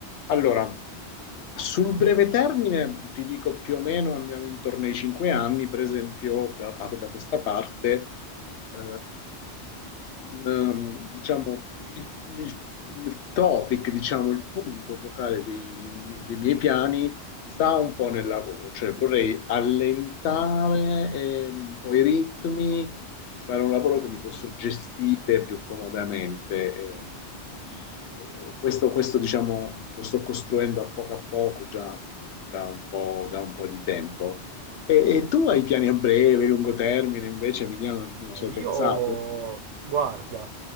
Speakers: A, on the left; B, on the right.
A: Allora, sul breve termine, ti dico più o meno, andiamo intorno ai cinque anni, per esempio, da, a- da questa parte, eh, ehm, diciamo, il, il- il topic, diciamo, il punto focale dei, dei miei piani sta un po' nel lavoro, cioè vorrei allentare ehm, un po' i ritmi, fare un lavoro che mi posso gestire più comodamente. eh, eh, questo, questo, diciamo, lo sto costruendo a poco a poco già da un po', da un po' di tempo. E, e tu hai piani a breve, lungo termine, invece, Emiliano,
B: Eh,
A: ci hai pensato?
B: io, guarda,